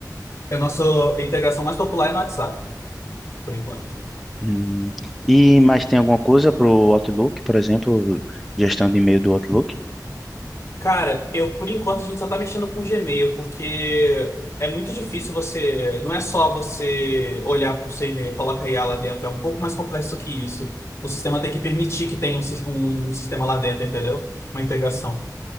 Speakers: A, on the left; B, in the centre.
A: é a nossa integração mais popular é no WhatsApp, por enquanto.
B: Hum. E mais tem alguma coisa pro Outlook, por exemplo, gestão de e-mail do Outlook?
A: Cara, eu por enquanto a gente só tá mexendo com o Gmail, porque é muito difícil você. Não é só você olhar pro seu e-mail e colocar IA lá dentro, é um pouco mais complexo que isso. O sistema tem que permitir que tenha um, sis- um, um sistema lá dentro, entendeu? Uma integração.